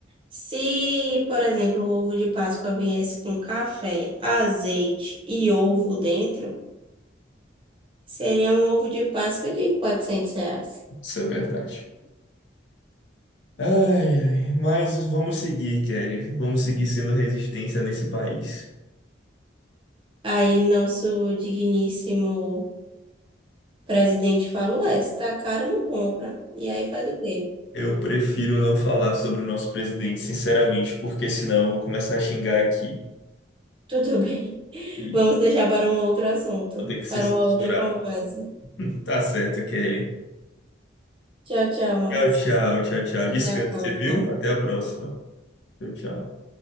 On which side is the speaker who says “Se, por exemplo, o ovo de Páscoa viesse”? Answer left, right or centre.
Right